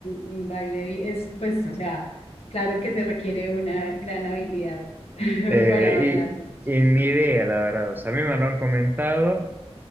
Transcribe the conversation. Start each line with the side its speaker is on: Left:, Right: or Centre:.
Left: un baile, bi- es pues, o sea, claro que se requiere una gran habilidad <laughs>
Right: Eh,
Left: para bailarlo.
Right: y, y ni idea, la verdad. O sea, a mí me lo han comentado